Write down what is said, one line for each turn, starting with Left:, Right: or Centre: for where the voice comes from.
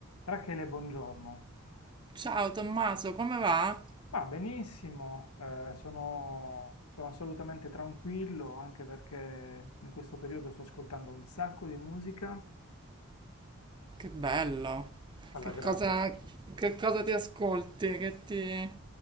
Left: Rachele, buongiorno.
Right: Ciao Tommaso, come va?
Left: Ma benissimo, eh, sono, sono assolutamente tranquillo anche perché in questo periodo sto ascoltando un sacco di musica
Right: Che bello.
Left: alla
Right: Che
Left: grande.
Right: cosa, che cosa ti ascolti? Che ti,